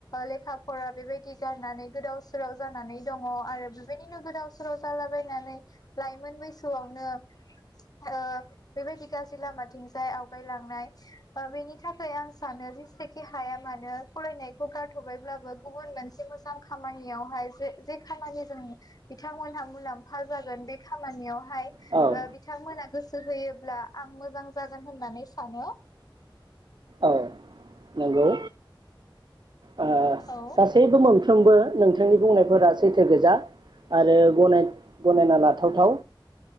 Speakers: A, on the left (about 50°); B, on the right (about 60°).
A: लेखा फरा बेबायदि गारनानै गोदाव सोराव जानानै दङ आरो बेबायदिनो गोदाव सोराव जालाबायनानै लाइमोन बैसोआवनो ओ बेबायदि गाज्रि लामाथिंजाय आवगायलांनाय बेनि थाखाय आं सानो जेसेखि हाया मानो फरायनायखौ गारथ'बायब्लाबो गुबुन मोनसे मोजां खामानियावहाय जे जे खामानिजों बिथांमोनहा मुलाम्फा जागोन बे खामानियाव हाय
B: औ
A: बिथांमोना गोसो होयोब्ला आं मोजां जागोन होननानै सानो
B: औ नंगौ ओ
A: औ
B: गासैबो मोन साफ्रोमबो नोंथांनि बुंनायफोरा सैथो गोजा आरो गनाय गनायना लाथाव थाव